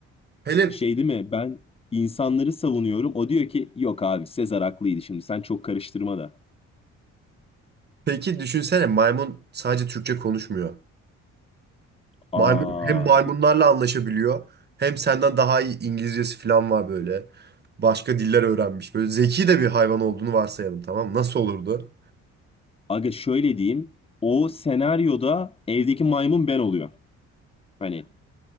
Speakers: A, on the right; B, on the left.
A: Hele
B: Şey değil mi? Ben insanları savunuyorum. O diyor ki yok abi Sezar haklıydı şimdi. Sen çok karıştırma da.
A: peki düşünsene maymun sadece Türkçe konuşmuyor.
B: Aa,
A: Maymun, hem maymunlarla anlaşabiliyor hem senden daha iyi İngilizcesi falan var böyle. Başka diller öğrenmiş. Böyle zeki de bir hayvan olduğunu varsayalım tamam mı? Nasıl olurdu?
B: aga şöyle diyeyim. O senaryoda evdeki maymun ben oluyor. Hani